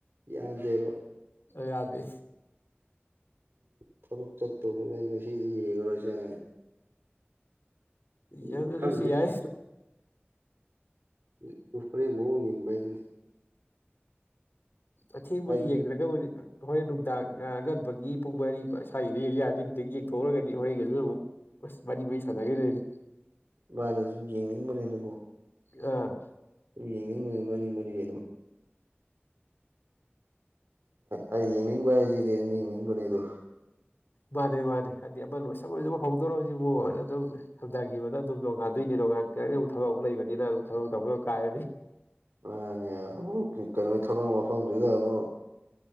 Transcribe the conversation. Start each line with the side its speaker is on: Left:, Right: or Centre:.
Right: ꯌꯥꯗꯦꯕ
Left: ꯌꯥꯗꯦ
Right: ꯊꯕꯛ ꯆꯠꯇꯧꯕ ꯉꯁꯤꯗꯤ ꯌꯦꯡꯒꯔꯣꯏꯁꯦ ꯍꯥꯏꯌꯦ ꯎꯝ
Left: ꯌꯥꯝ
Right: ꯈꯪꯗꯦ
Left: ꯑꯗꯨꯁꯨ ꯌꯥꯏ
Right: ꯎ ꯑꯗꯨ ꯍꯣꯔꯦꯟ ꯃꯑꯣꯡ ꯌꯦꯡꯕ ꯍꯥꯏꯗꯨꯅꯤ
Left: ꯑꯊꯦꯡꯕꯒꯤ
Right: ꯍꯥꯏꯗꯤ
Left: ꯌꯦꯗ꯭ꯔꯒꯥꯕꯨꯗꯤ ꯍꯣꯔꯦꯟ ꯅꯨꯡꯗꯥꯡ ꯑꯉꯟꯕꯒꯤ ꯄꯨꯡ ꯃꯥꯔꯤ ꯏꯁ꯭ꯋꯥꯒꯤꯗ ꯌꯥꯗꯦ ꯍꯧꯖꯤꯛ ꯌꯦꯡꯊꯣꯛꯎꯨꯔꯒꯗꯤ ꯍꯣꯔꯦꯟꯒꯁꯨ ꯑꯃꯨꯛ ꯁ ꯃꯥꯔꯤ ꯃꯔꯤ ꯁꯅꯒꯤꯗꯣꯏꯅꯦ
Right: ꯃꯥꯅ ꯁꯨꯝ ꯌꯦꯡꯅꯤꯡꯕꯅꯤꯅꯀꯣ
Left: ꯑ
Right: ꯌꯦꯡꯅꯤꯡꯂꯥꯗꯤ ꯃꯔꯤ ꯃꯔꯤ ꯑꯗꯨꯝ ꯑꯩꯗꯤ ꯌꯦꯡꯅꯤꯡꯕ ꯍꯥꯏꯁꯤꯗꯤ ꯑꯗꯨꯝ ꯌꯦꯡꯅꯤꯡꯕꯅꯦ ꯑꯗꯨ
Left: ꯃꯥꯅꯦ ꯃꯥꯅꯦ ꯍꯥꯏꯗꯤ ꯑꯃ ꯂꯣꯏꯁꯝ ꯂꯣꯏꯁꯝ ꯍꯧꯗꯣꯔꯣꯁꯤꯕꯨ ꯑꯗꯨꯝ ꯁꯝꯊꯈꯤꯕꯗ ꯑꯗꯨꯝ ꯅꯣꯡꯉꯥꯟꯗꯣꯏ ꯗ ꯉꯥꯏ ꯊꯕꯛ ꯑꯃꯨ ꯂꯩꯕꯅꯤꯅ ꯊꯕꯛ ꯇꯧꯗ ꯀꯥꯏꯔꯅꯤ
Right: ꯃꯥꯅꯦ ꯑꯃꯨꯛ ꯀꯩꯅꯣ ꯊꯕꯛ ꯃꯐꯝꯗꯨꯗ ꯑꯃꯨꯛ